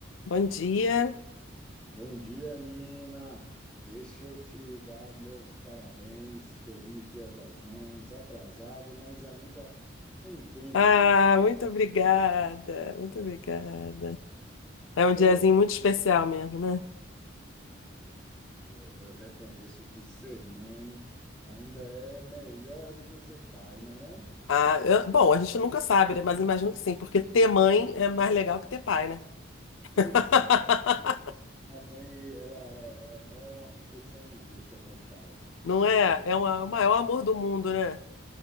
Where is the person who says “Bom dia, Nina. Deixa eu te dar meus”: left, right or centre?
Centre